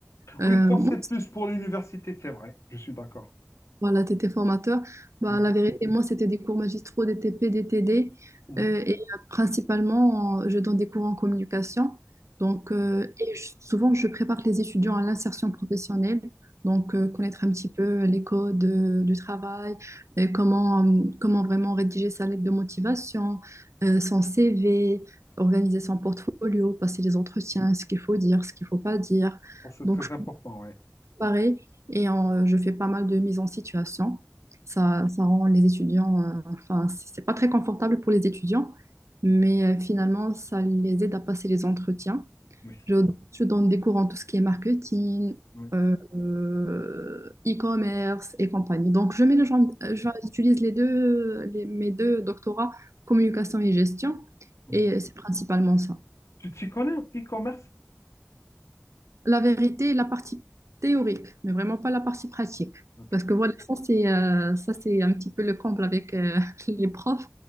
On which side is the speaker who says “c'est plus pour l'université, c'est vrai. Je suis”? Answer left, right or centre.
Left